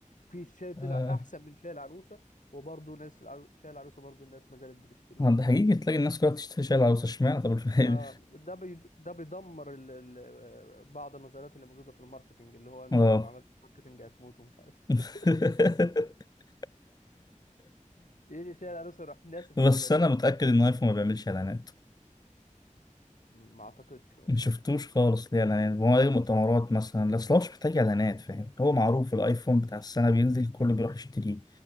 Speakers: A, on the left (about 70°); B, on the left (about 30°).
A: في شاي طلع
B: آه،
A: احسن من شاي العروسه وبرضه ناس العرو... شاي العروسه برضه الناس ما زالت بتشتريه
B: ما ده حقيقي تلاقي الناس كلها بتشتري شاي العروسة اشمعنى طب الفيل
A: آه ده بي... ده بيدمر ال... ال... آه، بعض النظريات اللي موجوده في الماركتنج اللي
B: <laughs>
A: هو انت
B: اه
A: لو ما عملتش ماركتنج هتموت ومش عارف ايه
B: <laughs>
A: <laughs> بيجي شاي العروسه يروح ناسف
B: بس
A: النظريه
B: انا
A: دي
B: متاكد ان ايفون ما بيعملش اعلانات
A: ما اعتقدش والله
B: ما شفتوش خالص ليه اعلانات هو ايه مؤتمرات مثلا اصل هو مش محتاج اعلانات فاهم هو معروف الايفون بتاع السنه بينزل الكل بيروح يشتريه